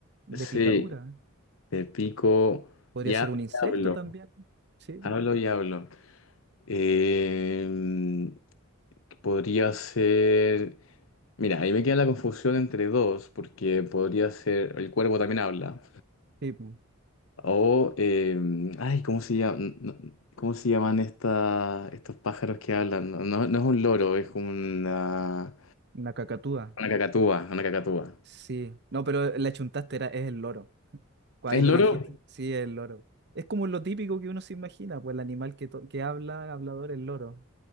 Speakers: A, on the right; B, on the left.
A: De
B: sí,
A: picadura.
B: de pico
A: Podría
B: y
A: ser
B: hablo,
A: un insecto
B: y hablo,
A: también. Sí,
B: hablo y hablo. Eh, podría ser. Mira, ahí me queda la confusión entre dos, porque podría ser el cuervo también habla.
A: sí, pu,
B: O, eh, ay, ¿cómo se llama? No- no- ¿Cómo se llaman esta, estos pájaros que hablan? No, no- no es un loro, es como una,
A: una cacatúa.
B: una cacatúa, una cacatúa.
A: Sí. No, pero la chuntaste era, es el loro. Cu- Ahí
B: ¿Es
A: lo
B: loro?
A: dijiste. Sí, es el loro. Es como lo típico que uno se imagina, pues el animal que, to- que habla, hablador, el loro.